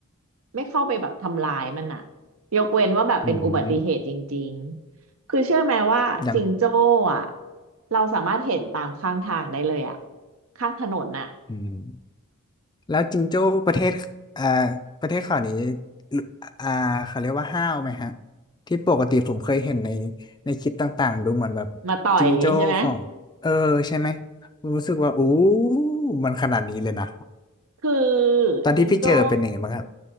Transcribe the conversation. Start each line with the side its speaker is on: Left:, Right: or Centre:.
Right: ไม่เข้าไปแบบทำลายมันอ่ะยกเว้นว่าแบบเป็นอุบัติเหตุจริงๆคือเชื่อไหมว่าจิงโจ้อ่ะ
Left: อืมยัง
Right: เราสามารถเห็นตามข้างทางได้เลยอ่ะข้างถนนน่ะ
Left: อืม แล้วจิงโจ้ประเทศอ่าประเทศเขานี้ลุอ่าเขาเรียกว่าห้าวไหมฮะที่ปกติผมเคยเห็นในในคลิปต่างๆดูเหมือนแบบ
Right: <laughs> มาต่อยอย่างงี้ใช่ไหม
Left: จิงโจ้ของเออใช่ไหมรู้สึกว่าอู้มันขนาดนี้เลยนะ
Right: คือ
Left: ตอนที่พี่เจอเป็นยังไงบ้างครับ
Right: จิงโจ้